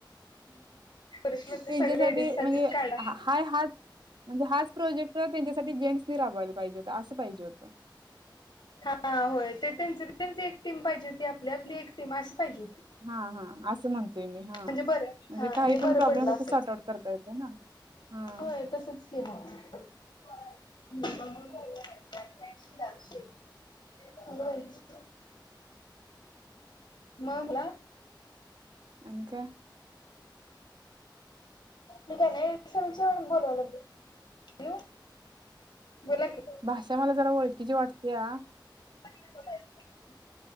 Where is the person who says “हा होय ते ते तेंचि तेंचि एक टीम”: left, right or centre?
Left